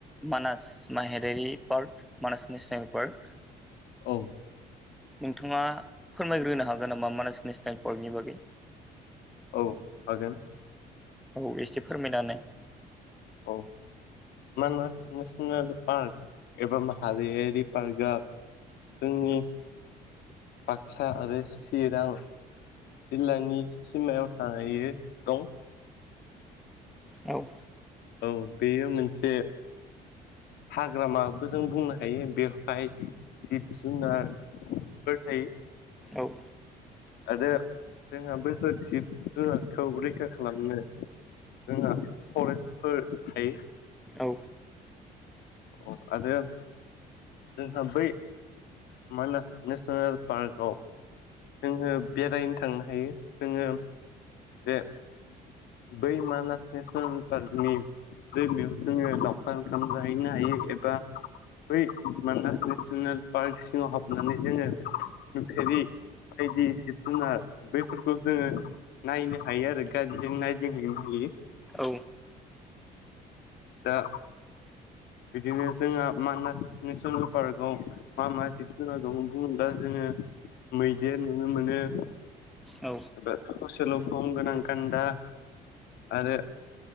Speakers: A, in the centre; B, on the left.
A: मानास माहारिआरि पार्क मानास नेसनेल पार्क
B: औ।
A: नोंथाङा फोरमायग्रोनो हागोन नामा मानास नेसनेल पार्कनि बागै?
B: औ हागोन।
A: औ एसे फोरमायना होनाय।
B: औ। मानास नेसनेल पार्क एबा माहारियारि पार्कआ जोंनि बाक्सा आरो चिरां जिल्लानि सिमायाव थायो दं
A: औ।
B: औ बेयो मोनसे हाग्रामाबो जों बुंनो हायो बेवहाय जिब जुनारफोर थायो।
A: औ।
B: आरो जोंहा बैफोर जिब जुनारखौ रैखा खालामनो जोंहा फरेस्टफोर थायो।
A: औ
B: आरो जोंहा बै मानास नेसनेल पार्कआव जोङो बेरायनो थांनो हायो जोङो बेे बै मानास नेसनेल पार्कनि दैमायाव जोङो लावखार ओंखाम जाहैनो हायो। एबा बै मानास नेसनेल पार्क सिङाव हाबनानै जोङो नुफेरि बायदि जिब जुनार बैफोरखौ जोङो नायनो हायो आरो गारिजों नाय दिंहैनो हायो
A: औ
B: दा बिदिनो जोंहा मानास नेसनेल पार्कआव मा मा जिब जुनार दं बुङोब्ला जोङो मैदेर नुनो मोनो एबा
A: औ
B: थसेल' गं गोनां गान्दा आरो